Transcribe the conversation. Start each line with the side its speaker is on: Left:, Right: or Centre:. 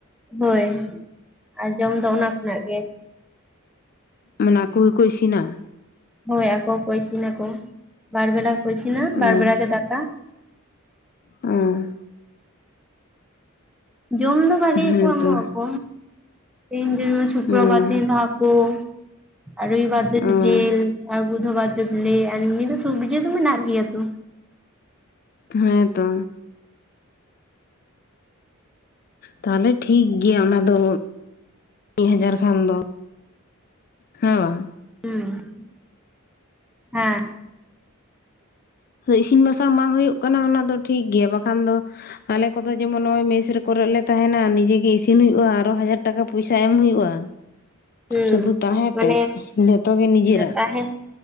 Centre: ᱦᱳᱭ ᱟᱨ ᱡᱚᱢ ᱫᱚ ᱚᱱᱟ ᱠᱷᱚᱱᱟᱜ ᱜᱮ
Left: ᱢᱟᱱᱮ ᱟᱠᱚ ᱜᱮᱠᱚ ᱤᱥᱤᱱᱟ
Centre: ᱦᱳᱭ ᱟᱠᱚ ᱠᱚ ᱤᱥᱤᱱᱟᱠᱚ ᱵᱟᱨ ᱵᱮᱥᱟ ᱠᱚ ᱤᱥᱤᱱᱟ
Left: ᱚᱸ
Centre: ᱵᱟᱨ ᱵᱮᱲᱟ ᱜᱮ ᱫᱟᱠᱟ
Left: ᱦᱮᱸ
Centre: ᱡᱚᱢ ᱫᱚ ᱵᱷᱟ. ᱜᱤ
Left: ᱦᱮᱸᱛᱚ
Centre: ᱜᱮᱠᱚ ᱮᱢᱚᱜ ᱟᱠᱚ ᱛᱮᱦᱤᱧ ᱡᱮᱢᱚᱱ ᱥᱩᱠᱨᱚᱵᱟᱨ
Left: ᱚᱸ
Centre: ᱦᱟ. ᱠᱩ ᱟᱨ ᱨᱚᱵᱤᱵᱟᱨ ᱫᱚ
Left: ᱚᱸ
Centre: ᱡᱤᱞ ᱟᱨ ᱵᱩᱫᱷᱵᱟᱨ ᱫᱚ ᱵᱤᱞᱤ ᱟᱨ ᱮᱢᱱᱤ ᱫᱚ ᱥᱚᱵᱽᱡᱤ ᱫᱚ ᱢᱮᱱᱟᱜ ᱜᱮᱭᱟᱛᱚ
Left: ᱦᱮᱸ ᱛᱚ ᱛᱟᱦᱞᱮ ᱴᱷᱤᱠ ᱜᱮᱭᱟ ᱚᱱᱟ ᱫᱚ ᱢᱤᱫ ᱦᱟᱡᱟᱨ ᱠᱷᱟᱱ ᱫᱚ ᱦᱮᱸ ᱣᱟᱝ
Centre: <unintelligible> ᱦᱩᱸ
Left: ᱤᱥᱤᱱ ᱵᱟᱥᱟᱝ ᱵᱟᱝ ᱦᱩᱭᱩᱜ ᱠᱟᱱᱟ ᱚᱱᱟ ᱫᱚ ᱴᱷᱤᱠ ᱜᱮᱭᱟ ᱵᱟᱠᱷᱟᱱ ᱫᱚ ᱟᱞᱮ ᱠᱚᱫᱚ ᱡᱮᱢᱚᱱ ᱱᱚᱜᱚᱭ ᱢᱮᱥ ᱠᱚᱨᱮ ᱛᱟᱦᱮᱱᱟ ᱱᱤᱡᱮ ᱜᱮ ᱤᱥᱤᱱ ᱦᱩᱭᱩᱜᱼᱟ ᱟᱨᱚ ᱦᱟᱡᱟᱨ ᱴᱟᱠᱟ ᱯᱚᱭᱥᱟ ᱮᱢ ᱦᱩᱭᱩᱜᱼᱟ
Centre: ᱦᱩᱸ
Left: ᱥᱩᱫᱩ ᱛᱟᱦᱮᱸᱛᱮᱫ
Centre: ᱢᱟᱱᱮ
Left: ᱡᱚᱛᱚ ᱜᱮ ᱱᱤᱡᱮᱨᱟᱜ
Centre: ᱛᱟᱦᱮᱸ